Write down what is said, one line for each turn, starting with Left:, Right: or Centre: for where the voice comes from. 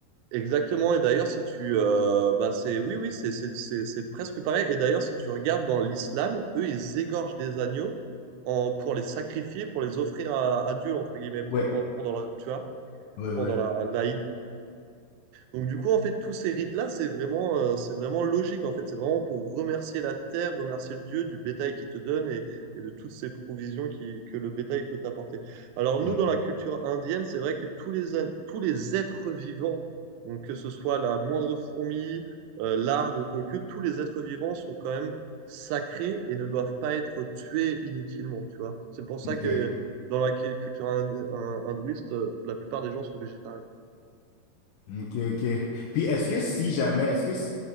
Right: Exactement, et d'ailleurs, si tu. euh, bah c'est, oui, oui, c'est c'est- c'est- c'est presque pareil. Et d'ailleurs, si tu regardes dans l'islam, eux, ils égorgent des agneaux en, pour les sacrifier, pour les offrir à, à Dieu, entre guillemets, pour,
Left: Ouais,
Right: pour- pendant la, tu vois,
Left: ouais,
Right: pendant
Left: ouais.
Right: la, l'Aïd. Donc du coup, en fait, tous ces rites-là, c'est vraiment, euh, c'est vraiment logique, en fait. C'est vraiment pour remercier la terre, remercier le Dieu du bétail qu'il te donne et, et de toutes ces provisions qui, que le bétail peut t'apporter. Alors nous,
Left: Hmm.
Right: dans la culture indienne, c'est vrai que tous les, an- tous les êtres vivants, donc que ce soit la moindre fourmi, euh, l'arbre ou quoi que, tous les êtres vivants sont quand même sacrés et ne doivent pas être tués inutilement, tu vois. C'est pour ça
Left: Ok,
Right: que dans la cu- culture hin- hin- hindouiste, euh, la plupart des gens sont végétariens.
Left: ok, ok. Puis est-ce que si jamais est-ce que s-